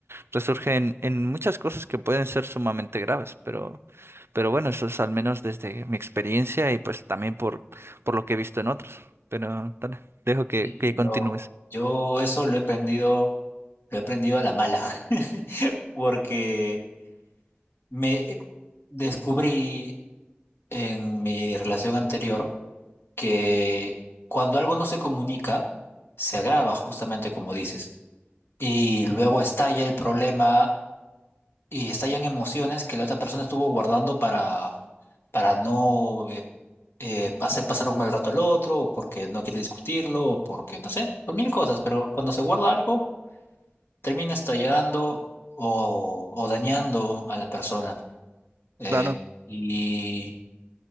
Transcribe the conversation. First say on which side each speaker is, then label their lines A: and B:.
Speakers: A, on the right; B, on the left.
A: resurge en, en muchas cosas que pueden ser sumamente graves, pero, pero bueno, eso es al menos desde mi experiencia y pues también por, por lo que he visto en otros. Pero dale, dejo que,
B: sí,
A: que continúes.
B: yo, yo eso lo he aprendido, lo he aprendido a la mala, <laughs> porque me eh, descubrí en mi relación anterior que cuando algo no se comunica, se agrava justamente como dices. y luego estalla el problema y estallan emociones que la otra persona estuvo guardando para, para no eh, eh, hacer pasar un mal rato al otro, o porque no quiere discutirlo, o porque no sé, por mil cosas, pero cuando se guarda algo, termina estallando o, o dañando a la persona. Eh,
A: Claro,
B: y